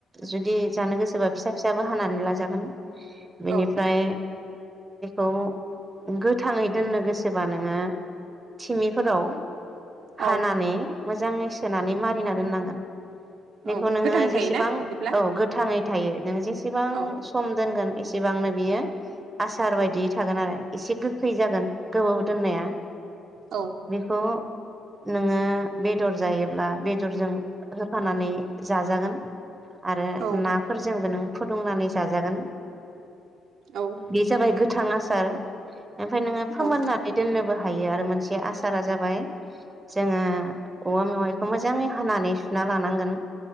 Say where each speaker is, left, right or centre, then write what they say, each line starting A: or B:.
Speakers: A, on the right (about 25°); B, on the right (about 75°).
A: जुद दे जानो गोसोबा फिसा फिसाबो हानानै लाजागोन। बेनिफ्राय
B: औ
A: औ गोथाङै दोननो गोसोबा नोङो थिमिफोराव हानानै
B: औ
A: मोजाङै सोनानै मारिना दोननांगोन। बेखौ
B: औ
A: नोङो
B: गोथां
A: जेसेबां
B: थायोना बिदिब्ला
A: औ गो थाङै थायो। नों जेसेबां
B: औ
A: सम दोनगोन एसेबांनो बियो आसार बायदियै थागोन आरो एसे गो खैजागोन गोबाव दोन्नाया
B: औ
A: बेखौ नोङो बेदर जायोब ब्ला बेदरजों होफानानै जाजागोन आरो
B: औ
A: नाफोरजोंबो नों फुदुंनानै जाजागोन।
B: औ
A: बे जाबाय गो थां आसार ओमफ्राय नोङो फोमोननानै
B: औ
A: दोननोबो हायो आरो मोनसे आसारा जाबाय जोङो औवा मेवाइखौ मोजाङै हानानै सुना लानांगोन,